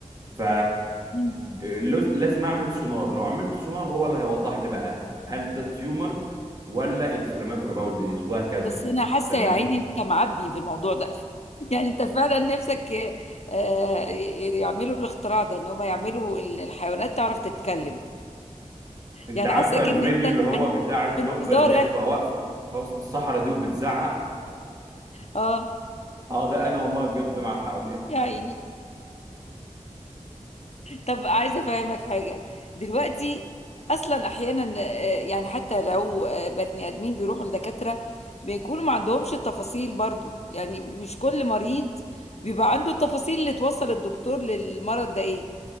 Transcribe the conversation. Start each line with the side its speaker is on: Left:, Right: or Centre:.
Right: ف
Left: أمم.
Right: لز- لازم اعمل سونار لو عملت سونار هو اللي هيوضح لي بقى هل ده تيومر ولا انفلاماتوري باول ديزيز وهكذا
Left: بس انا حاسه
Right: فاهماني
Left: يا عيني انت معبي في الموضوع ده <laughs> يعني انت فعلا نفسك آه، ي- يعملوا الاختراع ده ان هم يعملوا ال- الحيوانات تعرف تتكلم
Right: انت
Left: يعني
Right: عارفه
Left: حاساك
Right: الفيديو
Left: ان انت
Right: اللي هو
Left: يعني
Right: بتاع الدبه
Left: في انتظار
Right: اللي هي
Left: <laughs>
Right: بتبقى واقفه في وسط الصحراء دي وبتزعق
Left: اه
Right: اه ده انا والله بجد مع الحق
Left: يا عيني طب عايزه افهمك حاجه دلوقتي اصلا احيانا آه، يعني حتى لو آه، بني ادمين بيروحوا لدكاتره بيكونوا ما عندهمش التفاصيل برضو يعني مش كل مريض بيبقى عنده التفاصيل اللي توصل الدكتور للمرض ده ايه